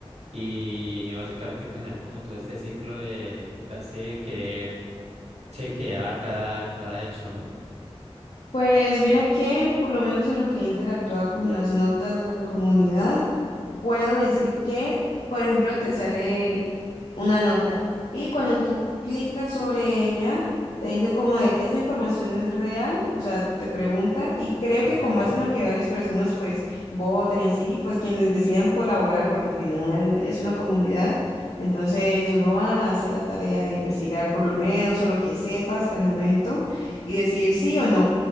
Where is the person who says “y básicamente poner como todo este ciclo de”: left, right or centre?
Right